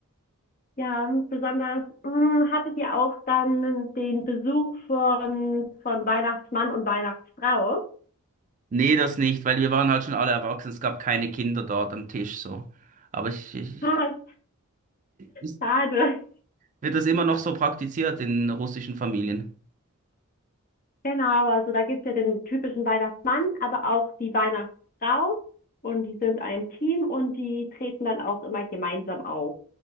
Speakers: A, on the left (about 40°); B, on the right (about 35°).
A: Ja, besonders, mh, hattet ihr auch dann den Besuch von, von Weihnachtsmann und Weihnachtsfrau? <laughs>
B: Nee, das nicht, weil wir waren halt schon alle erwachsen. Es gab keine Kinder dort am Tisch so. Aber ich, ich,
A: Ah,
B: ist,
A: schade.
B: wird das immer noch so praktiziert in russischen Familien?
A: Genau, also da gibt's ja den typischen Weihnachtsmann, aber auch die Weihnachtsfrau. Und die sind ein Team und die treten dann auch immer gemeinsam auf.